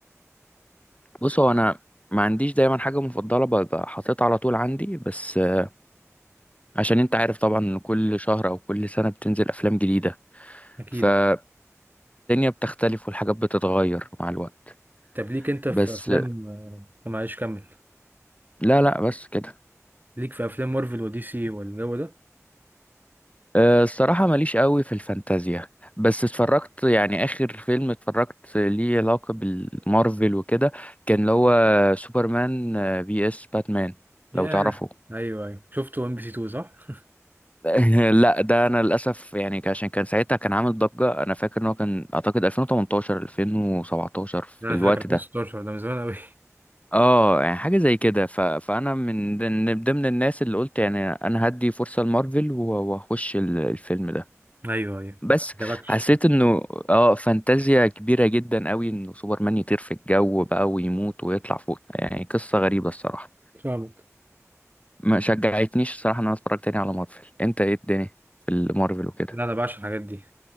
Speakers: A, on the left (about 25°); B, on the right (about 35°).
A: بص هو انا ما عنديش دايما حاجه مفضله ببقى حاططها على طول عندي بس آه، عشان انت عارف طبعا ان كل شهر او كل سنه بتنزل افلام جديده
B: اكيد
A: فالدنيا بتختلف والحاجات بتتغير مع الوقت
B: طب ليك انت في
A: بس
B: افلام
A: آه،
B: آه، معلش كمل
A: لا لا بس كده
B: ليك في افلام مارفل ودي سي والجو ده
A: أه، الصراحة ماليش قوي في الفانتازيا بس اتفرجت يعني آخر فيلم اتفرجت ليه علاقة بالمارفل وكده كان اللي هو سوبرمان آه، في اس باتمان
B: ياه
A: لو تعرفه
B: ايوه ايوه شفت ون بي سي 2 صح
A: <laughs> لا ده انا للاسف يعني ك- عشان كان ساعتها كان عامل ضجة انا فاكر ان هو كان اعتقد 2018 2017 في
B: انا
A: الوقت
B: فاكر 2016
A: ده
B: ده من زمان قوي
A: اه يعني حاجة زي كده ف... فانا من ضمن ضمن الناس اللي قلت يعني انا هدي فرصة لمارفل و- واخش ال- الفيلم ده
B: <laughs> ايوه ايوه ما
A: بس
B: عجبكش
A: حسيت انه اه فانتازيا كبيرة جدا قوي انه سوبرمان يطير في الجو بقى ويموت ويطلع فوق يعني قصة غريبة الصراحة
B: فاهمك
A: ما شجعتنيش الصراحة ان انا اتفرج تاني على مارفل انت ايه الدنيا في المارفل وكده
B: لا انا بعشق الحاجات دي